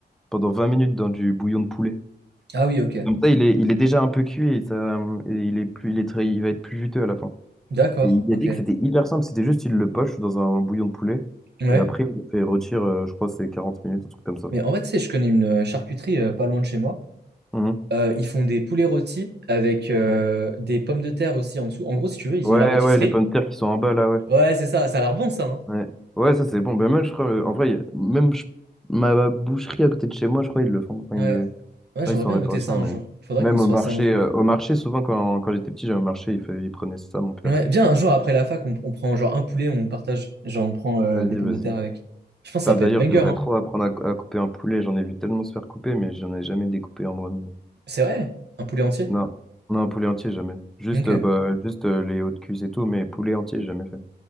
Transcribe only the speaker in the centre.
pendant 20 minutes dans du bouillon de poulet.
Comme ça, il est, il est déjà un peu cuit et, ça, euh, et il est plus, il est très, il va être plus juteux à la fin.
Et il
a dit que c'était hyper simple, c'était juste, il le poche dans un bouillon de poulet.
Et après, il le fait retirer, euh, je crois, que c'est 40 minutes, un truc comme ça.
Mhm.
Ouais.
Ouais,
ouais, les pommes de terre qui sont en bas là, ouais.
Ouais, ouais, ça c'est bon. Ben moi, je crois, euh, en vrai, y a- même je- ma boucherie à côté de chez moi, je crois ils le font. Enfin,
ils le...
Là,
ils sont
en réparation,
mais
même
au
marché,
euh, au marché, souvent quand, quand j'étais petit, j'allais au marché, il, fait- il prenait ça, mon père.
Vas-y,
vas-y.
Putain,
D'ailleurs,
je devrais
trop apprendre à, cou- à couper un poulet. J'en ai vu tellement se faire couper, mais j'en ai jamais découpé en moi-même.
Non, non, un poulet entier, jamais. Juste,
euh, bah, juste euh, les hauts de cuisse et tout, mais poulet entier, j'ai jamais fait.